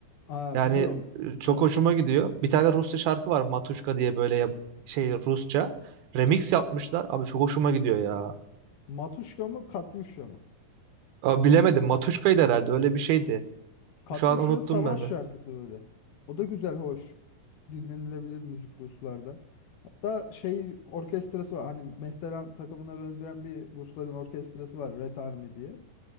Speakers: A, on the left; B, on the right.
A: Aa
B: Yani
A: biliyorum.
B: e, çok
A: Za-
B: hoşuma gidiyor. Bir tane Rusça şarkı var Matuşka diye böyle ya- şey Rusça. Remix yapmışlar. Abi çok hoşuma gidiyor ya.
A: Matuşka mı Katyuşya mı?
B: Abi bilemedim Matuşka'ydı herhalde öyle bir şeydi.
A: Katyusha
B: Şu an unuttum
A: savaş
B: ben de.
A: şarkısı böyle. O da güzel, hoş. Dinlenilebilir müzik Ruslarda. Hatta şey orkestrası var. Hani Mehteran takımına benzeyen bir Rusların orkestrası var. Red Army diye.